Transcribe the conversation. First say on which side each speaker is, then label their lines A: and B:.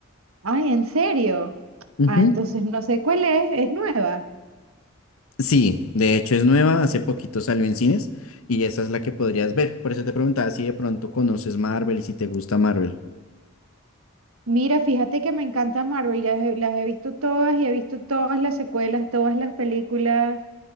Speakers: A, on the right (about 75°); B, on the left (about 75°).
A: Ay, ¿en serio?
B: Ujú.
A: Ah, entonces no sé cuál es, es nueva.
B: Sí, de hecho es nueva. Hace poquito salió en cines y esa es la que podrías ver. Por eso te preguntaba si de pronto conoces Marvel y si te gusta Marvel.
A: Mira, fíjate que me encanta Marvel, ya he- las he visto todas y he visto todas las secuelas, todas las películas.